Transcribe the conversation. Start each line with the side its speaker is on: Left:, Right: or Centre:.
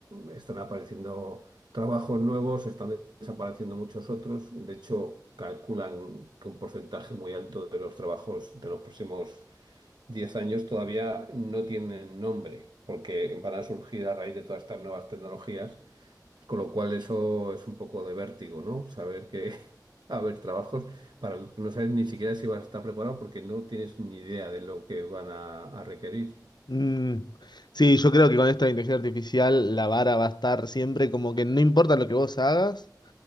Right: están apareciendo trabajos nuevos, están desapareciendo muchos otros. De hecho, calculan que un porcentaje muy alto de los trabajos de los próximos 10 años todavía no tienen nombre, porque van a surgir a raíz de todas estas nuevas tecnologías con lo cual eso es un poco de vértigo, ¿no? Saber que <laughs> va a haber trabajos para los que no sabes ni siquiera si vas a estar preparado porque no tienes ni idea de lo que van a, a requerir.
Left: Mm, Sí, yo creo que con esta inteligencia artificial la vara va a estar siempre como que no importa lo que vos hagas.